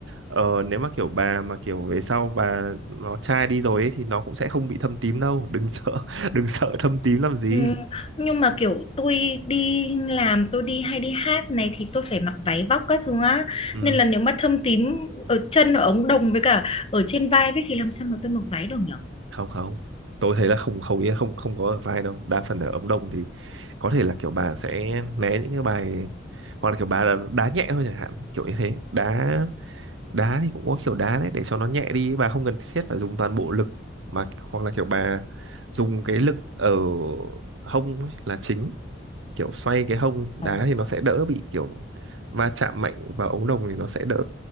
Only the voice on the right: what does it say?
ờ, nếu mà kiểu bà mà kiểu về sau bà nó chai đi rồi ấy, thì nó cũng sẽ không bị thâm tím đâu đừng sợ <laughs> đừng sợ thâm tím làm gì
ừ,
không không tôi thấy là không hầu như không không có ở vai đâu đa phần ở ống đồng thì có thể là kiểu bà sẽ né những cái bài hoặc là kiểu bà là đá nhẹ thôi chẳng hạn kiểu như thế đá đá thì cũng có kiểu đá đấy để cho nó nhẹ đi bà không cần thiết phải dùng toàn bộ lực mà hoặc là kiểu bà dùng cái lực ở hông ấy là chính kiểu xoay cái hông đá
thì nó sẽ đỡ bị kiểu va chạm mạnh vào ống đồng thì nó sẽ đỡ